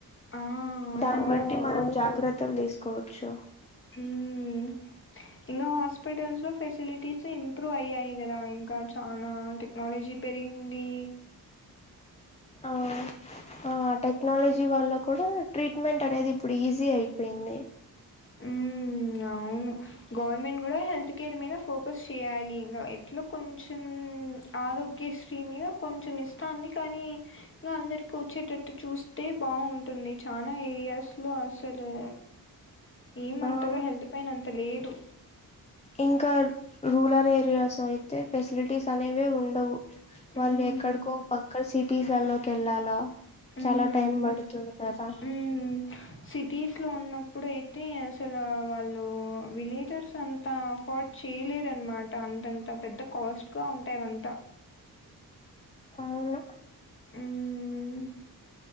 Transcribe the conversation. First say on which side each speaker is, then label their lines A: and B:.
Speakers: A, on the left; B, on the left.
A: ఆ అవును
B: దాన్ని బట్టి మనం జాగ్రత్త త్తలు తీసుకోవచ్చు
A: హ్మ్ ఇంగా హాస్పిిటల్స్ ఫెసిలిటీస్ ఇంప్రూవ అయయి గ ఇంకా చనా టెక్నాలజీ పెరిగింది
B: ఆ ఆ టెక్నాలజీ వల్ల కూడా ట్రీట్మెంట్ అనేది ఈజీ అయిపోయియి
A: ఉమ్ అవును గవర్నమెంట్ కూడా హెల్త్ కేర్ మీద ఫోకస్ చేయాలి ఇంకా ఎట్లా కొంచెం ఆరోగ్యశ్రీ మీద కొంచెం ఇస్తాంది కానీ ఇంకా అందరికి వచ్చేటట్టు చూస్తే బాగుంటుంది చాలా ఏరియాస్ లో అసలు ఏం అంతగా
B: అవును
A: హల్త్ పైన్ంత లేదు
B: ఇంకా రూరల్ ఏరియాస్ అయితే ఫెసిలిటీస్ అనేవే ఉండవు
A: హ్మ్
B: వాళ్ళు ఎక్కడికో పాక్ అక్కడ సిటీస్లల్లోకి వెళ్ళాలా
A: ఉమ్
B: చాలా టైం పడుతుంది కదా
A: ఉమ్ సిట్ టీస్ లో ఉన్నప్పుడు అయితే అసలు వాళ్ళు విలేజర్స్ అంతా అఫోర్డ్ చేయలేరనమాట అంతంత పెద్ద కాస్ట్గా ఉంటావంతా
B: అవును
A: ఉమ్